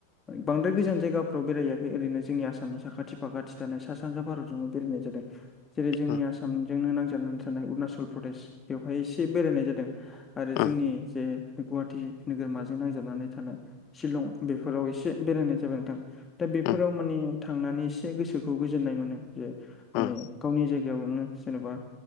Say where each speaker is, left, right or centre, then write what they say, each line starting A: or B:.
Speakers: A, on the left; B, on the left.
A: बांद्राय गोजान जायगाफ्राव बेराहैयाखै ओरैनो जोंनि आसामनि साखाथि फाखाथि थानाय सा सानजा भारतावनो बेरायनाय जा जादों जेरै जोंनि
B: ओं
A: आसामजोंनो नांजानानै थानाय उरुणाचल प्रदेश बेवहाय एसे बेरायनाय जादों। आरो जोंनि
B: ओं
A: जे गुवाहाटि नोगोरमाजों नांजाबनानै थानाय शिलं बेफोराव एसे बेरायनाय जाबाय नोंथां। दा बेफोराव
B: ओं
A: माने थांनानै एसे गोसोखौ गोजोननाय मोनो जे माने
B: ओं
A: गावनि जायगायावनो जेनेबा